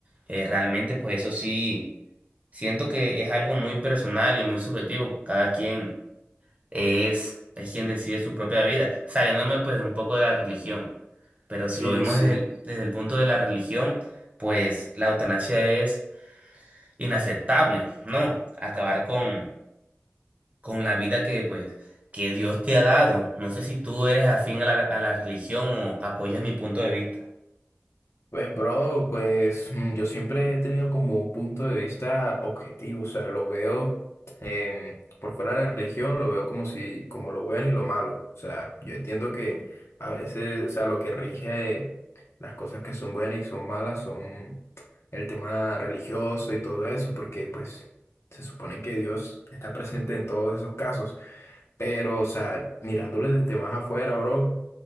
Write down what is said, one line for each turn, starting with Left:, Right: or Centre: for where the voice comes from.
Right: eh, realmente pues eso sí, siento que es algo muy personal y muy subjetivo, cada quien es, es quien decide su propia vida, saliéndome pues de un poco de la religión, pero
Left: Sí,
Right: si lo vemos
Left: sí.
Right: desde el, desde el punto de la religión, pues la eutanasia es inaceptable, ¿no? Acabar con, con la vida que, pues, que Dios te ha dado. No sé si tú eres afín a la, a la religión o apoyas mi punto de vista,
Left: Pues, bro, pues mm, yo siempre he tenido como un punto de vista objetivo, o sea, lo veo em, por fuera de la religión, lo veo como si, como lo bueno y lo malo. O sea, yo entiendo que a veces, o sea, lo que rige eh, las cosas que son buenas y son malas son el tema religioso y todo eso, porque pues se supone que Dios está presente en todos esos casos. Pero, o sea, mirándolo desde más afuera, bro.